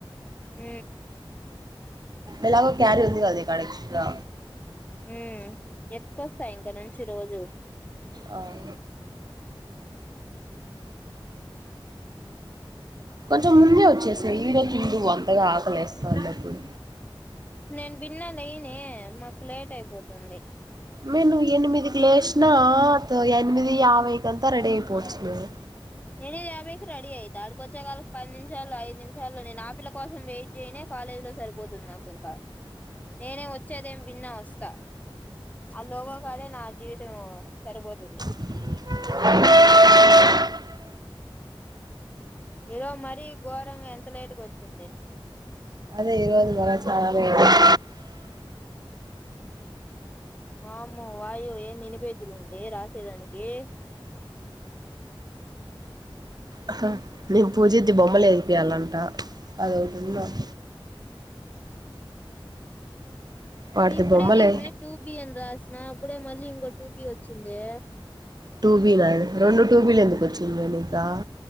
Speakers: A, on the left (about 15°); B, on the right (about 50°).
A: ఉ
B: ఏలాగో క్యారీ ఉంది కదా ని కాడ ఎక్స్ట్రా
A: ఉమ్ ఎత్తుకొస్తా ఇక నుంచి రోజు
B: అవు కొంచెం ముందే వచ్చేసి ఈరోజు చుడు అంతగా ఆకలేస్తాన్నప్పుడు
A: నేను బిన్నా లేయనే మాకు లేట్ అయిపోతుంది
B: నేను ఎనిమిదికి లేచినా త ఎనిమిది యాభైకింతా రెడీ అయిపోవచ్చు మేము
A: యానిమిది యాభై కి రెడి అయితే అడకి వచ్చా కల్ పది నిమిషాలు ఐదు నిమిషం చలో నేను ఆపిల్ల కోసం వెయిట్ చేయనే కాలేజ్ లో సరిపోతుంది నాకు ఇంకా నేనే వచ్చేదేం భిన్న వస్తా ఆ లోగో కడే నా జీవితమెమో సరిపోతుంది
B: <unintelligible>
A: ఇగో మరీ ఘోరంగ ఎంత లేటుగా వచ్చింది
B: అదే ఈ రోజు కూడా చాలా లేట్ అయింది
A: వామ్మో వాయో ఏంది ఇన్ని పేజీలు ఉంది రాసేదానికి
B: ఆహా నేను పూజది బొమ్మలు ఎపి యాలంట అది ఒకటి ఉంది నాకు వాటిది
A: ఇప్పుడే
B: బొమ్మలే
A: కదామే టూ బి అన్ని రాసి నా కూడా మళ్ళీ ఇంకో టూ బి వచ్చిందే
B: టూబి నైన్ రెండు టూబిలు ఎందుకు వచ్చింది నీకా